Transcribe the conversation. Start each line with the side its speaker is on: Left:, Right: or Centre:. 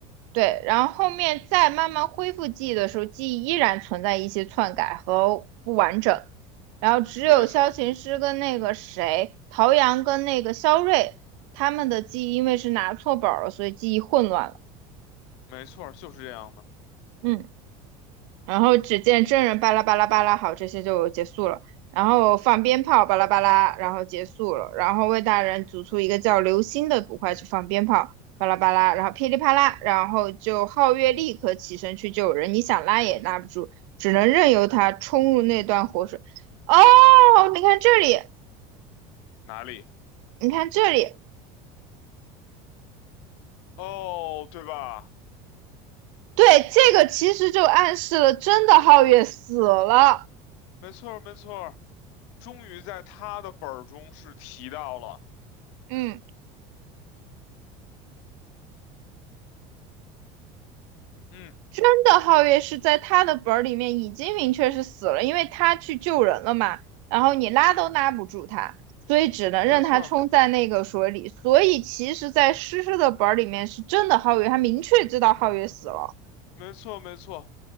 Right: 对，然后后面再慢慢恢复记忆的时候，记忆依然存在一些篡改和不完整。然后只有萧琴师跟那个谁，
Left: 没错儿
Right: 陶阳跟那个肖瑞，他们的记忆因为是拿错本儿了，所以记忆混乱了。
Left: 没错儿就是这样的。
Right: 嗯。然后只见真人巴拉巴拉巴拉，好，这些就结束了。然后放鞭炮，巴拉巴拉，然后结束了。然后魏大人组出一个叫流星的捕快去放鞭炮，巴拉巴拉，然后噼里啪啦，然后就皓月立刻起身去救人，你想拉也拉不住，只能任由他冲入那段火水。哦，你看这里，
Left: 哪里？
Right: 你看这里，
Left: 哦，对吧？
Right: 对，这个其实就暗示了真的皓月死了。
Left: 没错儿没错儿终于在他的本儿中是提到了。
Right: 嗯。
Left: 嗯，
Right: 真的，皓月是在他的本儿里面已经明确是死了，因为他去救人了嘛，然后你拉都拉不住他，所以只能任他冲在那个水里。
Left: 没错儿
Right: 所以其实，在诗诗的本儿里面是真的皓月，他明确知道皓月死了，
Left: 没错，没错。